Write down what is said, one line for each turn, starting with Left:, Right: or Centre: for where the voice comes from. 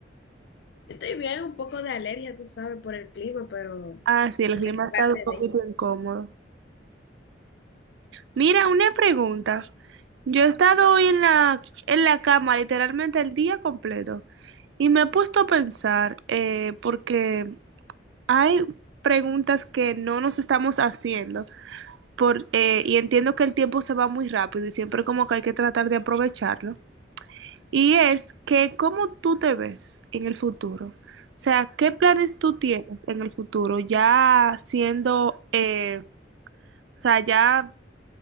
Left: Yo estoy bien, un poco de alergia, tú sabes, por el clima, pero
Right: Ah, sí, el clima
Left: es
Right: ha estado
Left: parte
Right: un poquito
Left: de.
Right: incómodo. Mira, una pregunta. Yo he estado hoy en la, en la cama literalmente el día completo y me he puesto a pensar eh, porque hay preguntas que no nos estamos haciendo. por, eh, y entiendo que el tiempo se va muy rápido y siempre como que hay que tratar de aprovecharlo, y es que cómo tú te ves en el futuro. O sea, ¿qué planes tú tienes en el futuro? Ya siendo, eh, o sea, ya,